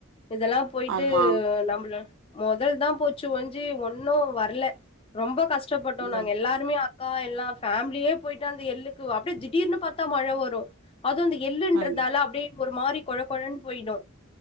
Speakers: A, on the left; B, on the right.
A: இதெல்லா போயிட்டு
B: ஆமா
A: நம்பளே மொதல் தா போச்சு ஓஞ்சி ஒன்னு வரல ரொம்ப கஷ்டப்பட்டோ
B: இந்த
A: நாங்க எல்லாருமே அக்கா எல்லா ஃபேமிலியே போயிட்டு அந்த எள்ளுக்கு அப்டியே திடீர்னு பாத் தா மழை வரு அது அந்த எள்ளுன்றதால
B: மாரி
A: அப்டியே ஒரு மாறி கொழ கொழன்னு போயிடு